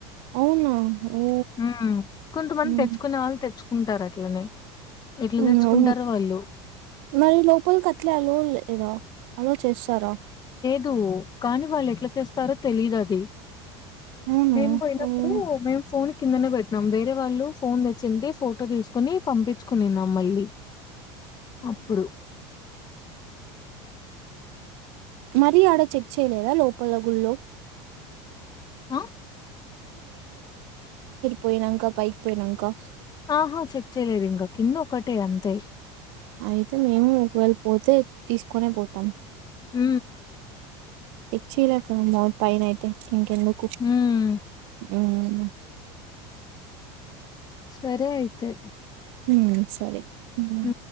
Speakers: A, on the right (about 70°); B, on the left (about 25°).
A: అవునా ఓ
B: మ్మ్ కొంతమంది
A: ఉమ్
B: తెచ్చుకునే వాళ్ళు తెచ్చ చ్చుకుంటారు అట్లనే ఎట్లా
A: మ్మ్
B: తెచ్చుకుంటారో
A: అవును
B: వాళ్ళు
A: మరి లోపల కట్ట అట్లే అలో లేదా అలో చేస్తారా
B: కు కానీ వాళ్ళు ఎట్లా చేస్తారో తెలీదు అది
A: అవును
B: మేము పోయినప్పుడు
A: ఉహు
B: మేము ఫోన్ కిందనే పెట్నాం వేరే వాళ్ళు ఫోన్ తెచ్చి ఫోటో తీసుకోని పంపించుకునిన్నాం మళ్ళీ, అప్పుడు
A: మరిీ ఆడ చెక్ చేయలేదా లోపల గుళ్లో
B: ఆ
A: పోయినాంకా పైకి పోయినాంకా,
B: ఆహా చెక్ చెయలేదు ఇంకా కింద ఒకటే అంతే
A: అయితే మేము ఒకవేళ పోతే తీసుకునే పోతాం,
B: ఊ
A: ఇచ్చి ఇలే కా పైన అయితే ఇంకెందుకు,
B: ఉమ్
A: ఉహు
B: సరే అయితే
A: ఉ సరే ఉమ్
B: ఉ